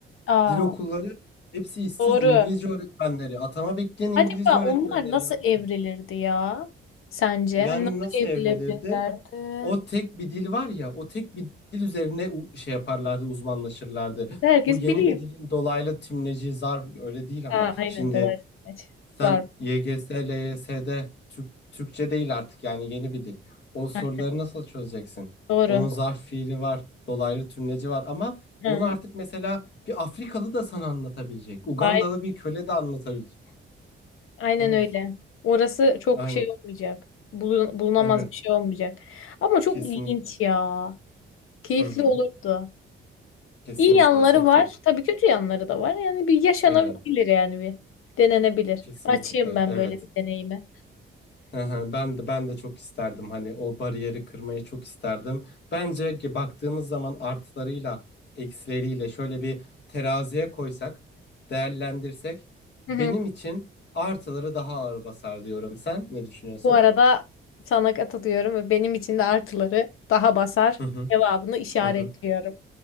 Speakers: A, on the left; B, on the left.
A: Aa,
B: Dil okulları hepsi işsiz
A: doğru.
B: İngilizce öğretmenleri. Atama bekleyen İngilizce
A: Acaba
B: öğretmenleri
A: onlar nasıl
B: yandı.
A: evrilirdi ya? Sence?
B: Yani
A: Hani nasıl
B: nasıl
A: evrilebilirlerdi?
B: evrilirdi? O tek bir dil var ya, o tek bir dil üzerine u- şey yaparlardı, uzmanlaşırlardı.
A: Herkes
B: Bu yeni
A: biliyor.
B: bir dilin dolaylı tümleci zarf öyle değil ama
A: Ha, aynen
B: şimdi
A: dolaylı
B: sen
A: Zarf.
B: YGS, LYS'de Türk, Türkçe değil artık yani yeni bir dil. O soruları
A: Ha,
B: nasıl çözeceksin?
A: doğru.
B: Bunun zarf fiili var, dolaylı tümleci var ama
A: Hı
B: onu
A: hı.
B: artık mesela bir Afrikalı da sana anlatabilecek. Ugandalı
A: Aynen.
B: bir köle de anlatabilecek.
A: Aynen
B: Evet,
A: öyle. Orası çok
B: aynı.
A: şey olmayacak. Bulun- bulunamaz
B: Evet,
A: bir şey olmayacak. Ama çok
B: kesinlikle.
A: ilginç ya. Keyifli
B: Hı hı,
A: olurdu.
B: kesinlikle
A: İyi yanları
B: çok
A: var.
B: keyif.
A: Tabii kötü yanları da var. Yani bir yaşanabilir
B: Evet.
A: yani bir. Denenebilir.
B: Kesinlikle
A: Açayım ben
B: evet.
A: böyle bir deneyime.
B: Hı hı, Ben de ben de çok isterdim hani o bariyeri kırmayı çok isterdim. Bence ki baktığımız zaman artılarıyla eksileriyle şöyle bir teraziye koysak, değerlendirsek benim
A: <laughs>
B: için artıları daha ağır basar diyorum. Sen ne düşünüyorsun?
A: Bu arada sana katılıyorum ve benim için de artıları daha basar
B: Hı hı,
A: cevabını işaretliyorum.
B: hı hı.